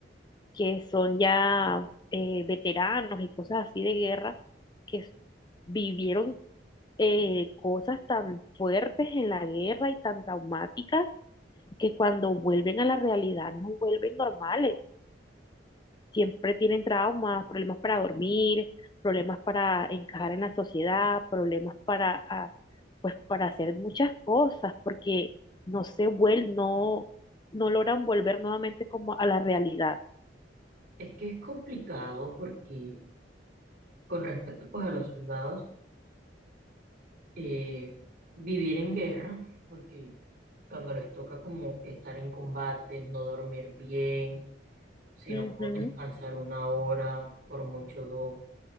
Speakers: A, on the left; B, on the right.
A: que son ya eh, veteranos y cosas así de guerra, que s- vivieron eh, cosas tan fuertes en la guerra y tan traumáticas que cuando vuelven a la realidad no vuelven normales. Siempre tienen traumas, problemas para dormir, problemas para encajar en la sociedad, problemas para, ah, pues, para hacer muchas cosas, porque no se vuel no, no logran volver nuevamente como a la realidad.
B: Es que es complicado porque con respecto pues a los soldados, eh, vivir en guerra, porque cuando les toca como estar en combate, no dormir bien, sino
A: Ujú,
B: descansar una hora, por mucho dos